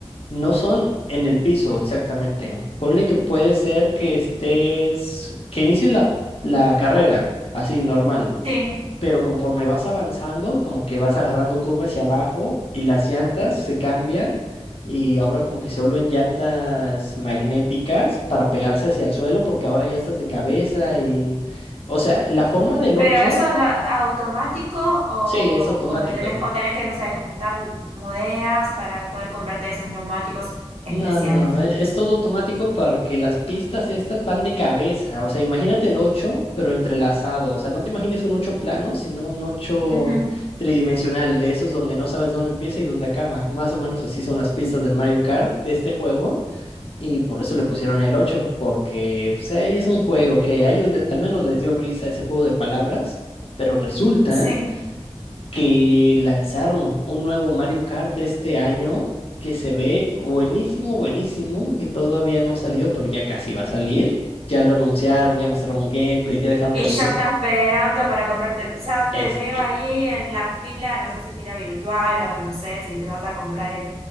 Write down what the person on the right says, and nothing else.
sí.
Pero
eso es la- automático o,
o lo tenés, o tenés que, no sé, juntar monedas para poder comprarte esos neumáticos especiales.
Ujú,
Sí.
Y
ya está esperando para comprártelo. Ya
te veo
ahí en la fila, no sé si fila virtual o no sé si te vas a comprar, eh,